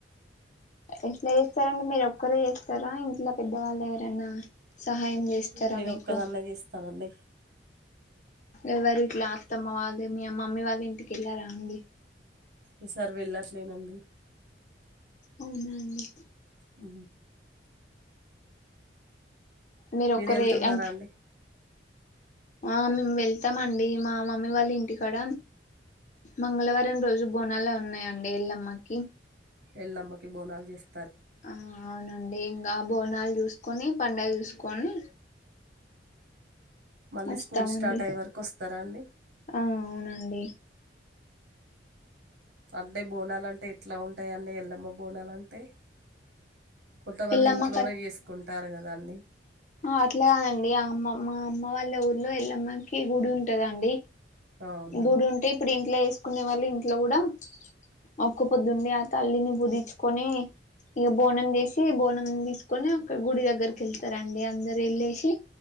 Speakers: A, on the left; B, on the right.
A: ఎట్లా చేస్తారండి మీరు ఒక్కరే చేస్తారా ఇంట్లో పెద్దవాళ్ళు ఎవరన్నా సహాయం చేస్తారా
B: నేను
A: మీకు
B: ఒక్కదాన్నే చేస్తానండి
A: ఎవరు ఇట్లా అత్తమ్మ వాళ్ళ మీ మమ్మీ వాళ్ళ ఇంటికెల్లారా అండి
B: ఈసారి వెళ్ళట్లేనండి
A: అవున అండి
B: ఆ
A: మీరు ఒక్కరే
B: వెళ్తున్నారా
A: అంటే
B: అండి
A: ఆ మేము వెళ్తామండి మా మమ్మీ వాళ్ళ ఇంటికాడ మంగళవారం రోజు బోనాలు ఉన్నాయండి ఎల్లమ్మకి
B: ఎళ్ళమ్మకి బోనాలు చేస్తా
A: ఆ అవునండి ఆ బోనాలు చూసుకొని పండుగ చూసుకొని
B: మళ్ళీ
A: వస్తామండి
B: స్కూల్ స్టార్ట్ అయ్యే వరకు వస్తారా అండి
A: ఆ అవునండి
B: అంటే బోనాలు అంటే ఎట్లా ఉంటాయి అన్నీ ఎల్లమ్మ బోనలు అంటే అంటే కొంతమంది
A: ఎల్లమ్మ
B: ఇంట్లోనే చేసుకుంటారు కదండి
A: ఆ అట్లా కాదు అండి ఆ అమ్మ మా అమ్మ వాళ్ళ ఊర్లో ఎల్లమ్మకి గుడి ఉంటదండి
B: అవునా
A: గుడి ఉంటే ఇప్పుడు ఇంట్లో చేసుకునే వాళ్ళు ఇంట్లో కూడా ఒక్క పొద్దు ఉండి ఆ తల్లిని పూజించుకొని ఇక బోనం చేసి బోనం తీసుకొని అక్కడ గుడి దగ్గరకి వెళ్తారండి అందరు వెళ్ళేసి